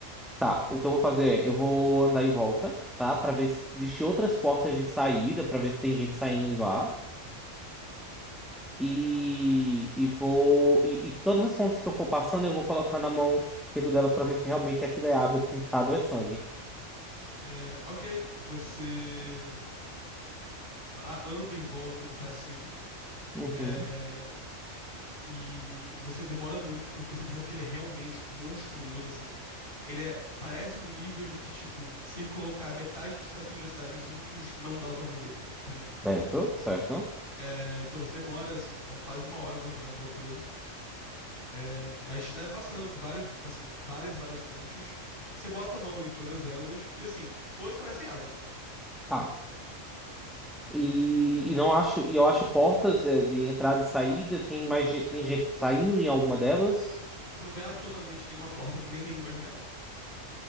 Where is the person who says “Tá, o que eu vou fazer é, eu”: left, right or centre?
Centre